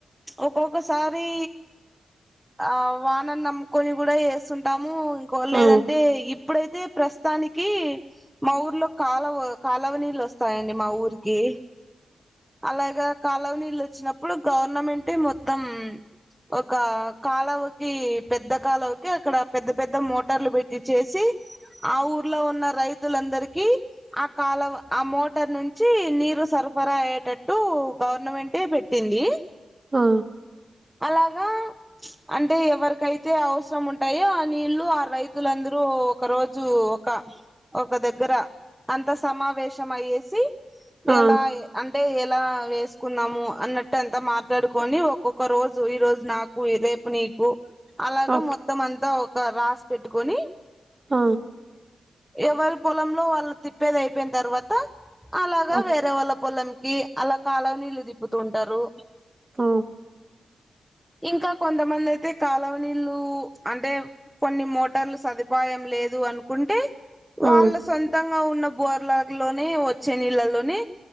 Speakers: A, in the centre; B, on the right.
A: ఒక్కొక్కసారీ ఆ వానని నమ్ముకొని కూడా వేస్తుంటాం మోఇంకో లేదంటే
B: ఆ
A: ఇ అప్పుడైతే ప్రస్తానికి మా ఊర్లో కాలవ కాలవ నీళ్ళు వస్తాయండి మా ఊరికి అలాగా కాలవ నీళ్ళు వచ్చినప్పుడు గవర్నమెంటే మొత్తం ఒక కాలవకి పెద్ద కాలవకి అక్కడ పెద్ద పెద్ద మో టర్లు పెట్టి చేసి ఆ ఊర్లో ఉన్న రైత్ వధలందరిక ఆ కాల ఆ మోటార్ నుంచి నీరు సరఫరా అయ్యేటట్టు గవర్నమెంటట్ే పెట్టింది <unintelligible>
B: ఆ
A: అలాగా అంటే ఎవరికైతే అవసరం ఉంటయో నీళ్ళు ఆ రైతులందరూ ఒక రోజు ఒక ఒక దగ్గర అంత సమావేశం అయ్యేసి
B: ఆ
A: ఎలా ఎ అంటే ఎలా వేసుకున్నాము అన్నట్టు అంతా మాట్లాడుకొని ఒక్కొక్ ఒక రోజు ఈ రోజు నాకు రేపు నీకు అలాగా
B: ఓకే
A: మొత్తం అంతా ఒక రాష్ట్ర పెట్టుకొని
B: ఆ
A: ఎవరి పొలంలో వాళ్ళు తిప్పేది అయిపోయిన తర్వాత అలాగా
B: ఓకే
A: వేరే వాళ్ళ పొలం క అలా కాాలవ నీళ్ళు ది త్గుతుంటారు
B: హ
A: ఇంకా కొంతమంది అయితే కాాలవ నీళ్ళు అంటే కొన్ని మోటార్లు సదుపాయం లేదు అనుకుంటే వాళ్ళ
B: ఆ
A: సొంతంగా ఉన్న బోర్లా లోని వచ్చే నీళ్ళలోని